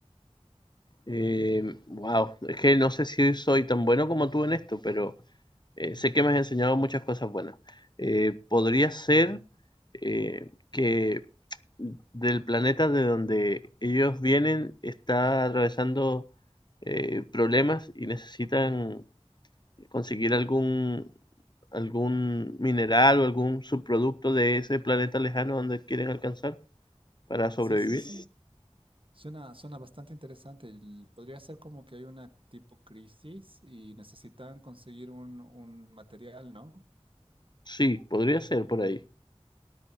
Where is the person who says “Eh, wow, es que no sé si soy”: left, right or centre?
Left